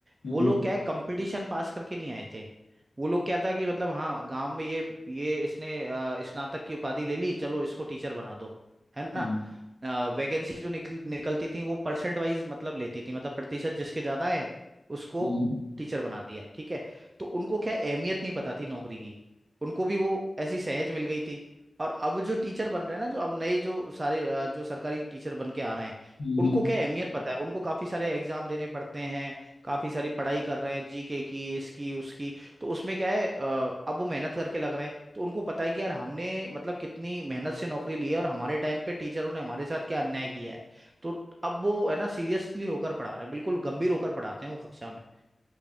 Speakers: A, on the left; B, on the right.
A: हम्म
B: वो लोग क्या है कंपटीशन पास करके नहीं आए थे वो लोग क्या था कि मतलब हाँ गांव में ये ये इसने अ, स्नातक की उपाधि ले ली चलो इसको टीचर बना दो है ना
A: हम्म
B: वैकेंसी जो निकल निकलती थी वो परसेंट वाइज मतलब लेती थी मतलब प्रतिशत जिसके ज्यादा है उसको
A: हम्म
B: टीचर बना दिया ठीक है तो उनको क्या है, अहमियत नहीं पता थी नौकरी की उनको भी वो ऐसी सहज मिल गई थी और अब जो टीचर बन रहे हैं ना जो अब नए जो सारे अ, जो सरकारी टीचर बन के आ रहे हैं
A: हम्म
B: उनको
A: हम्म।
B: क्या है, अहमियत पता है उनको काफी सारे एग्जाम देने पड़ते हैं काफी सारी पढ़ाई कर रहे हैं जीके की इसकी उसकी तो उसमें क्या है अ, अब वो मेहनत करके लग रहे हैं तो उनको पता है कि यार हमने मतलब कितनी मेहनत से नौकरी ली है और हमारे टाइम पे टीचरों ने हमारे साथ क्या अन्याय किया है तो अब वो है ना सीरियसली होकर पढ़ा रहे हैं बिल्कुल गंभीर होकर पढ़ाते हैं वो कक्षा में